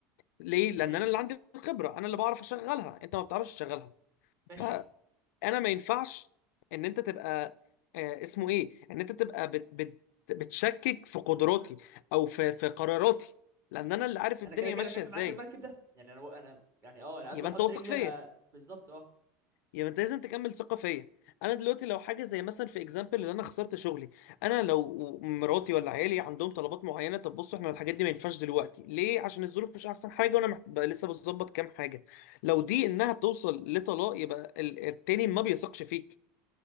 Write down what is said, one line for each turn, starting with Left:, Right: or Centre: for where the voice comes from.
Left: ليه؟ لان
Right: جميل
Left: انا اللي عندي الخبرة انا اللي بعرف اشغلها انت ما بتعرفش تشغلها
Right: ماشي
Left: فانا ما ينفعش ان انت تبقى آه اسمه ايه؟ ان انت تبقى بت بت بتشكك في قدراتي او في في قراراتي لان انا اللي عارف
Right: انا
Left: الدنيا
Right: كده كده
Left: ماشية
Right: ركبت
Left: ازاي
Right: معاك المركب ده يعني انا انا يعني اه انا قبل
Left: يبقى
Right: ما احط
Left: انت واثق
Right: رجلي
Left: فيا
Right: انا بالظبط اه
Left: يعني انت لازم تكمل ثقه فيا انا دلوقتي لو حاجه زي مثلا في اكزامبل ان انا خسرت شغلي انا لو مراتي ولا عيالي عندهم طلبات معينه طب بصوا احنا الحاجات دي ما ينفعش دلوقتي ليه عشان الظروف مش احسن حاجه وانا محت... بقى لسه بظبط كام حاجه لو دي انها بتوصل لطلاق يبقى ال- التاني ما بيثقش فيك